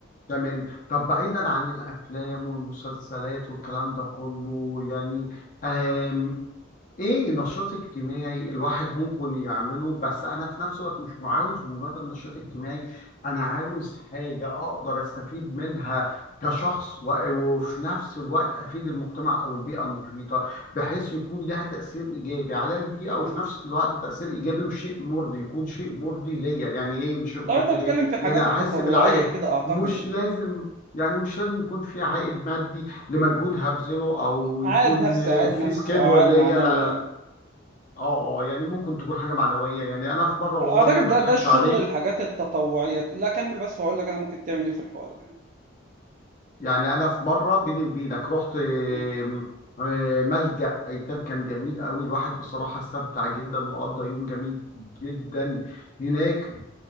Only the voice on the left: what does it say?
تمام طب بعيدا عن الأفلام والمسلسلات والكلام ده كله يعني آمم ايه نشاط اجتماعي الواحد ممكن يعمله بس انا في نفس الوقت مش عاوز مجرد نشاط اجتماعي انا عاوز حاجة اقدر استفيد منها كشخص و- وفي نفس الوقت افيد المجتمع او البيئة المحيطة بحيث يكون لها تأثير ايجابي على البيئة وفي
نفس الوقت تأثير ايجابي وشيء مرضي يكون شيء مرضي ليا يعني ايه مش شيء مرضي
ليا
يعني
احس بالعائد
مش
لازم يعني مش لازم يكون في عائد مادي لمجهود هبذله او
يكون
في
سكيدول
ليا
لا لا
لا اه اه يعني ممكن تكون حاجه معنويه يعني انا في مره والله
انا ما
اضحكش
عليك
يعني انا في مره بيني وبينك رحت آم،
آم، ملجأ ايتام كان جميل قوي الواحد بصراحه استمتع جدا وقضى يوم جميل جدا هناك